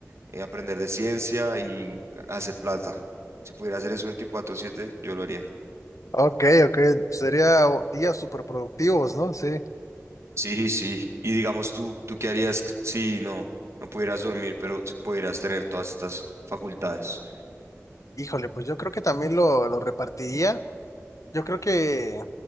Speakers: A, on the right; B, on the left.
A: eh, aprender de ciencia y hacer plata. Si pudiera hacer eso veinticuatro siete yo lo haría.
B: ok, ok, sería días súper productivos, ¿no? Sí.
A: Sí, sí. Y digamos tú, ¿tú qué harías si no, no pudieras dormir, pero si pudieras tener todas estas facultades?
B: Híjole, pues yo creo que también lo, lo repartiría. Yo creo que,